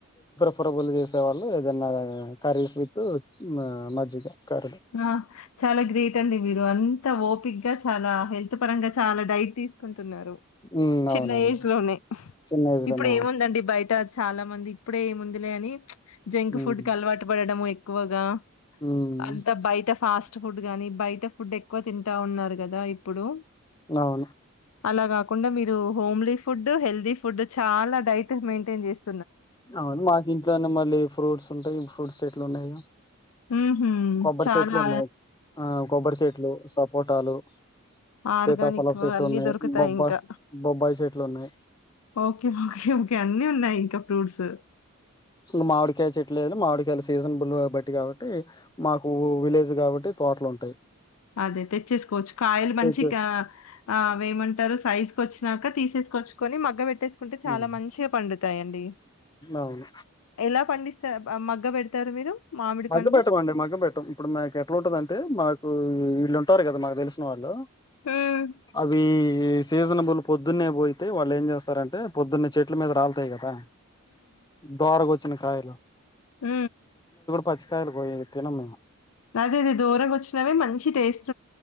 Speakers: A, on the left; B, on the left.
A: పురుగులు చేసేవాళ్ళు ఏదన్నా కర్రీస్ విత్ మా మజ్జిగ కర్రీ
B: ఆ చాలా గ్రేట్ అండి మీరు అ త ఓపిగ్గా చాలా హెల్త్ పరంగా చాలా డైట్ తీసుకుంట తున్నారు
A: ఉమ్
B: చిన్న
A: అవునండి
B: ఏజ్ లోనే
A: చిన్న ఏజ్ లోనే
B: ఇప్పుడు
A: అవును
B: ఏముందండి బయట చాలా మంది ఇప్పుడే ఏముందిలే అని జంక్
A: ఉమ్
B: ఫుడ్కి అలవాటు పడడము ఎక్కువగా
A: ఉమ్
B: అంత బయట ఫాస్ట్ ఫుడ్ గానీ బయట ఫుడ్ ఎక్కువ తింటా ఉన్నారు కదా ఇప్పుడు
A: అవును
B: అలా కాకుండా మీరు హోమ్లీ ఫుడ్ హెల్దీ ఫుడ్ చాలా డైట్ మెయింటైన్ చేస్
A: అవును మాకు ఇంట్లోనే మళ్ళీ ఫ్రూట్స్ ఉంటాయి ఫ్రూట్స్ ఎట్లున్నాయో
B: ఉహు
A: కొబ్బరి
B: చాలా
A: చెట్లు ఉన్నాయి ఆ కొబ్బరి చెట్లు సపోటాలు
B: ఆర్గానిక్
A: సీతాఫలం చెట్టు
B: అన్ని
A: ఉన్నాయి
B: దొరుకుతాయి
A: బొబ్బ
B: ఇంకా
A: బొబ్బాయి చెట్లు ఉన్నాయి
B: ఓకేకేకే అన్ని ఉన్నాయి ఇంకా ఫ్రూట్స్
A: ఇ మామిడికాయ చెట్లే లేదు మామిడికాయలు సీజన్బుల్ బట్టి కాబట్టి మాకు విలేజ్ కాబట్టి తోటలు ఉంటాయి
B: అదే తెచ్చేసుకోవచ్చు కాయలు మంచి
A: తెచ్చేస్
B: అ వేమంటారు సైజ్ కు వచ్చినాక తీసేసుకోవచ్చు కొని మగ్గ పెట్ పెట్టేసుకుంటే
A: ఉమ్
B: చాలా మంచిగా పండుతాయిడి
A: అవును
B: ఎలాండి పండి ఇస్ మగ్గ పెడతారు మీరు మామిడి
A: మగ్గ
B: పండు?
A: పెట్టమ అండి మగ్గ పెట్టం ఇప్పుడు మాకు ఎట్లా ఉంటుంది అంటే మాకు వీళ్ళు ఉంటారు కదా మాకు తెలిసిన వాళ్ళు
B: హ్మ్.
A: అవి ఈ సీజనబుల్ పొద్దున్నే పోయితే వాళ్ళు ఏం చేస్తారంటే పొద్దున్న చెట్ల మీద రాలతాయి కదా దోరగా కొచ్చిన కాయలో
B: ఉ
A: పచ్చ కాయలు కోయి తినం మేము
B: అదే ఇది దూరంగా వచ్చినవే మంచి టేస్ట్